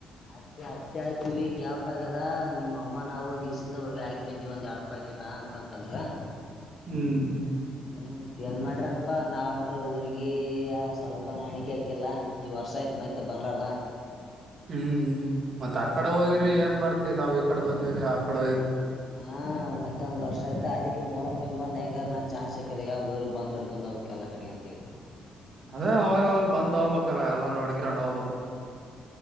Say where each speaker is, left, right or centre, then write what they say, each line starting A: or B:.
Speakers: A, on the left; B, on the right.
A: ಹತ್ತಿ ಹತ್ತಿ ಹಾಕಿವಿ ಗ್ಯಾಪ್ ಆಗೇದ ನಿಮ್ಮ ಅಮ್ಮನ ಅವ್ವ ಗಸಿಂದ ಹೋಗಿ ಹಾಕಿ ಬಂದಿವಿ ಒಂದ್ ಎಡಪಕಿಟ ಅಂತಂತಂದ್ರ
B: ಹ್ಮ್
A: ಹ್ಮ್ ಮತ್ ಏನ್ ಮಾಡ್ರನಪಾ ನಾವ್ಂತ್ರ ಊರ್ಗಿ ಸ್ವಲ್ಪನ ಹಣಿಕೆ ಹಾಕಿಲ್ಲ ಈ ವರ್ಷ ಆಯತ್ ಮತ್ತೆ ಬರ್ಲಾರದ.
B: ಹ್ಮ್ ಹ್ಮ್ ಮತ್ತ್ ಆ ಕಡೆ ಹೋಗಿರಿ ಏನ್ ಮಾಡ್ತಿವಿ ನಾವು ಈ ಕಡೆ ಬಂದಿವಿ ಆ ಕೊಡವರಿ
A: ಹಾ ಮತ್ತೊಂದ್ ವರ್ಷ ಆಯ್ತ ಅದಿಕ್ ಮೊರಂ ಟೈಮ್ ಬಂದ ಹೆಂಗರ್ ನ ಚಾನ್ಸ್ ಸಿಕ್ಕದ ಈಗ ಊರ್ ಬಂದ್ ನೋಡ್ಕೊಂಡ್ ಹೋಗ್ಬೇಕ್ ಎಲ್ಲಾ ಕಡೆಗಂತ ಈಗ.
B: ಅದೇ ಅವಾಗ ಅವಾಗ ಬಂದ್ ಹೋಗ್ಬೇಕಲ್ಲ ಎಲ್ಲ ನೋಡ್ಕೊಂಡ ಹೋಗ್ಬೇಕ.